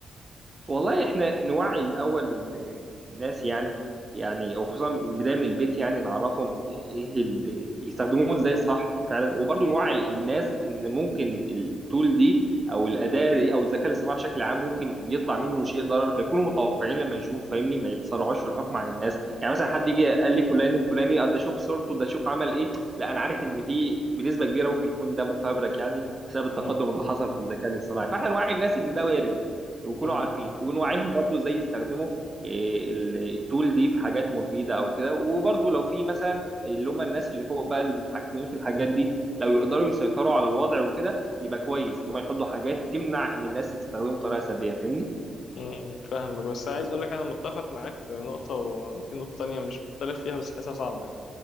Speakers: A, on the right; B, on the left.
A: والله احنا نوعي الاول ال- الناس يعني يعني وخصوصا بدايه من البيت يعني نعرفهم ايه اللي يستخدموه ازاي صح فعلا وبرضه نوعي الناس ان ممكن التول دي او الاداه دي او الذكاء الاصطناعي بشكل عام ممكن يطلع منه شيء ضرر فيكونوا متوقعين لما يشوفوا فاهمني ما يتسرعوش في الحكم على الناس يعني مثلا حد يجي قال لي فلان الفلاني آه ده شوف صورته ده شوف عمل ايه لا انا عارف ان في بنسبه كبيره ممكن يكون ده مفبرك يعني بسبب التقدم
B: مم.
A: اللي حصل في الذكاء الاصطناعي فاحنا نوعي الناس ان ده وارد ويكونوا
B: مم.
A: عارفين ونوعيهم برضو ازاي يستخدموا إيه، ال- التول دي في حاجات مفيدة او كده وبرضو لو في مثلا اللي هم الناس اللي فوق بقى المتحكمين في الحاجات دي لو يقدروا يسيطروا على الوضع وكده يبقى كويس ان هم يحطوا حاجات تمنع ان الناس تستخدمه بطريقة سلبية فاهمني
B: مم. فاهمك بس عايز اقول لك انا متفق معاك في نقطه و- وفي نقطه تانية مش مختلف فيها بس حاسسها صعبه يعني